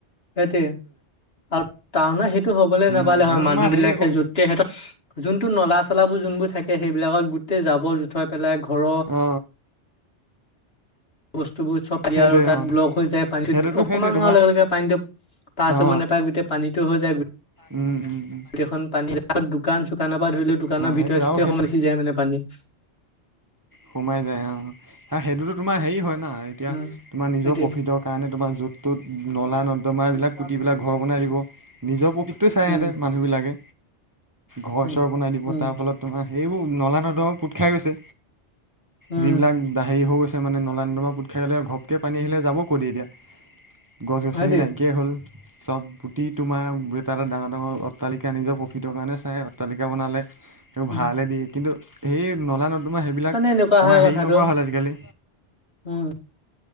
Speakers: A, on the left; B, on the right.
A: সেইটোয়ে আৰু তটাউনা সেইটো হবলৈ
B: উম
A: নাপালে
B: সেইটো
A: হয় মানুহ
B: তোমাৰ
A: বিলাকে
B: হেৰি আকৌ
A: যতে সিহঁত যোনটো নলা চলাবোৰ যোনবোৰ থাকে সেইবিলাকত গোটেই জাবৰ জোথৰ পেলাই ঘৰ
B: অ
A: বস্তুবোৰ চব ইয়াৰ
B: সেইটোৱে
A: তাত
B: অ
A: ব্লক হৈ যায় পানীতো
B: সেইটোতো
A: অকমান
B: সেইটোৱে তোমাৰ
A: হোৱাৰ লগে লগে পানীতটো পাছ হ'ব
B: অ
A: নাপায় গোটেই পানীতটো হৈ যায়
B: উম উম উম
A: গোটেইখন পানীৰত দোকান চুোকানৰ পৰা ধৰি লও দোকানৰ
B: অ
A: ভিতৰ
B: সেইটোৱে
A: চিতিতে
B: আৰু সেইটো
A: সমাইছি যায় মানে পানী
B: সোমাই যায় অ সেইটোতো তোমাৰ হেৰি হয় না এতিয়া
A: উম,
B: তোমাৰ নিজৰ
A: সেইটোৱে।
B: প্ৰফিটৰ কাৰণে তোমাৰ য'ত ত'ত নলা
A: মই
B: নৰ্দমা এইবিলাক
A: বিশটা
B: পুতিবেলাক
A: পেজ হলেও
B: ঘৰ
A: মই
B: বনাই দিব নিজৰ প্ৰকৃৃতটো
A: বাকী
B: চাই
A: দুটা
B: সিহতে মানুহবিলাকে ঘৰ
A: উম,
B: চৰ
A: যে
B: বনাই দিব
A: উম,
B: তাৰ ফলত তোমাৰ সেইবোৰ নলা নদৰ পু খাই গৈছে
A: উম,
B: যিবিলাক দ হেৰি হৈ গৈছে মানে নলা নৰ্দমা পোট খাই গলে ঘপকৈ পানী আহিলে যাব ক'ত এতিয়া গছ গছনি
A: সেইটোৱে
B: নাইকিয়াই হ'ল চব পুতি তোমাৰ এটা এটা ডাঙৰ ডাঙৰ অট্টালিকা নিজৰ প্ৰফিটৰ কাৰণে চাই অট্টালিকা বনালে তেওঁ
A: উম,
B: ভাড়ালে দিয়ে কিন্তু সেই নলা নৰ্দমা সেইবিলাক
A: <unintelligible> এনেকুৱা
B: তোমাৰ
A: হয় কথাটো
B: হেৰি নকৰা হ'ল আজিকালি
A: উম